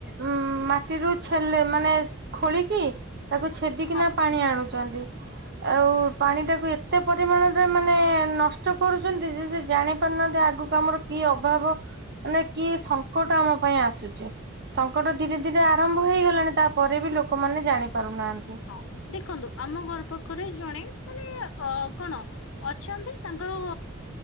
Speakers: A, on the right (about 55°); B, on the left (about 65°).
A: ଉଁ ମାଟିରୁ ଛେଲେ ମାନେ ଖୋଳିକି ତାକୁ ଛେଦିକିନା
B: ହଁ
A: ପାଣି ଆଣୁଛନ୍ତି। ଆଉ ପାଣି ଟାକୁ ଏତେ ପରିମାଣରେ ମାନେ ନଷ୍ଟ କରୁଛନ୍ତି ଯେ ସେ ଜାଣି ପାରୁନାହାନ୍ତି ଆଗକୁ ଆମର କି ଅଭାବ ମାନେ କି ସଙ୍କଟ ଆମ ପାଇଁ ଆସୁଛି। ସଙ୍କଟ ଧୀରେ ଧୀରେ ଆରମ୍ଭ ହେଇଗଲାଣି, ତାପରେ ବି ଲୋକମାନେ ଜାଣି ପାରୁନାହାନ୍ତି।
B: ହଁ ଦେଖନ୍ତୁ, ଆମ ଘର ପାଖରେ ଜଣେ ମାନେ ଅ କଣ ଅଛନ୍ତି ତାଙ୍କର